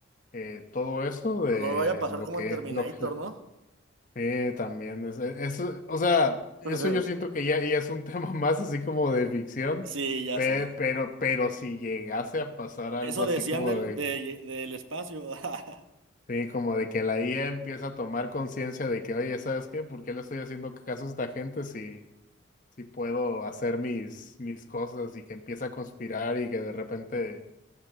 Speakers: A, on the left (about 40°); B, on the right (about 90°).
A: eh, todo eso de
B: No no lo vaya a pasar
A: lo
B: como
A: que
B: en Terminator,
A: lo, que lo-
B: ¿no?
A: Sí, también. es- eso, o sea, eso
B: <laughs>
A: yo siento que ya, ya es un tema <laughs> más así como de ficción,
B: Sí, ya
A: pe-
B: sé.
A: pero, pero si llegase a pasar algo
B: Eso
A: así
B: decían
A: como
B: del,
A: de,
B: de- del espacio. <laughs>
A: sí, como de que la IA empieza a tomar conciencia de que, oye, ¿sabes qué? ¿Por qué le estoy haciendo caso a esta gente si, si puedo hacer mis, mis cosas y que empieza a conspirar y que de repente